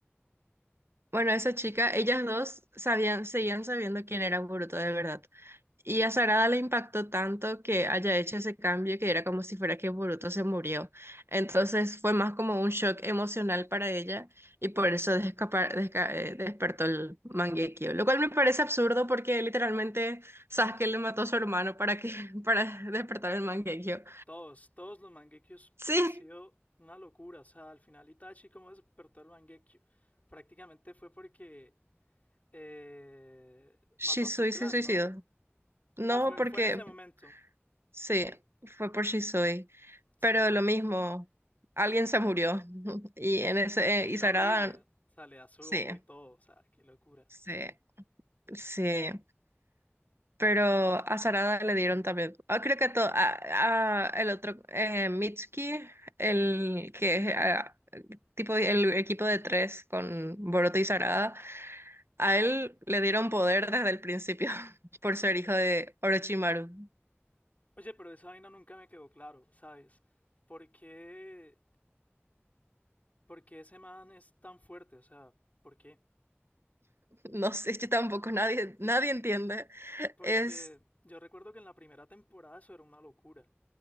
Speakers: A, on the right; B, on the left.
A: Bueno, esa chica, ellas dos sabían, seguían sabiendo quién era Boruto de verdad. Y a Sarada le impactó tanto que haya hecho ese cambio que era como si fuera que Boruto se murió. Entonces fue más como un shock emocional para ella y por eso descapa- desca- eh, despertó el Mangekyo. Lo cual me parece absurdo porque literalmente Sasuke le mató a su hermano para que <laughs> para despertar el Mangekyo.
B: todos, todos los Mangekyous
A: Sí,
B: han sido una locura. O sea, al final Itachi, ¿cómo despertó el Mangekyo? Prácticamente fue porque eh,
A: Shisui
B: mató a su clan,
A: se suicidó.
B: ¿no?
A: No,
B: Ah, fue,
A: porque
B: fue en ese momento.
A: Sí, fue por Shisui.
B: Sí.
A: Pero lo mismo, alguien se murió. <laughs> Y en ese,
B: Y bien
A: eh, y Sarada,
B: horrible. O sea, le da su
A: sí,
B: ojo y todo. O sea, qué locura.
A: sí, sí. Pero a Sarada le dieron también. ah, creo que a todo, a, a el otro, eh, Mitsuki, el que es ah, tipo el equipo de tres con Boruto y Sarada, a él le dieron poder desde el principio <laughs> por ser hijo de Orochimaru.
B: Oye, pero esa vaina nunca me quedó claro, ¿sabes? ¿Por qué, por qué ese man es tan fuerte? O sea, ¿por qué?
A: No sé, yo tampoco, nadie, nadie entiende.
B: Porque
A: Es
B: yo recuerdo que en la primera temporada eso era una locura.